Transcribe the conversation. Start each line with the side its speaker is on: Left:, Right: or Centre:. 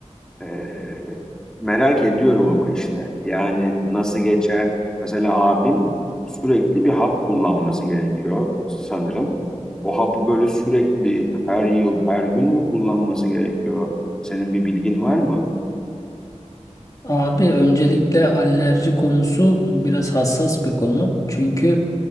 Centre: Ee, merak ediyorum ama işte yani nasıl geçer? Mesela abim sürekli bir hap kullanması gerekiyor sanırım. O hapı böyle sürekli her yıl, her gün mü kullanması gerekiyor? Senin bir bilgin var mı?
Left: Abi öncelikle alerji konusu biraz hassas bir konu. Çünkü